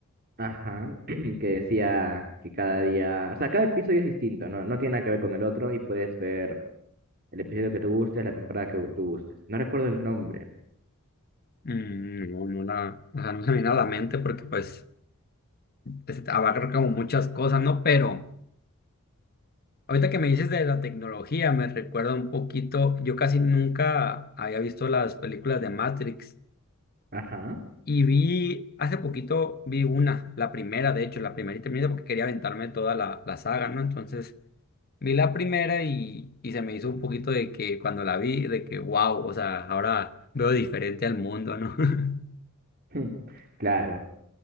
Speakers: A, on the right; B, on the left.
A: Ajá, <clears throat> que decía que cada día, o sea, cada episodio es distinto, ¿no? No tiene nada que ver con el otro y puedes ver el episodio que tú gustes, la temporada que tú gustes. No recuerdo el nombre.
B: mm, no, no la, o sea, no se me viene a la mente porque pues es- abarca como muchas cosas, ¿no? Pero ahorita que me dices de la tecnología, me recuerda un poquito, yo casi nunca había visto las películas de Matrix.
A: Ajá,
B: Y vi, hace poquito vi una, la primera, de hecho, la primerita, primerita, porque quería aventarme toda la, la saga, ¿no? Entonces vi la primera y, y se me hizo un poquito de que cuando la vi, de que wow, o sea, ahora veo diferente al mundo, ¿no? <laughs>
A: <clears throat> <laughs> claro,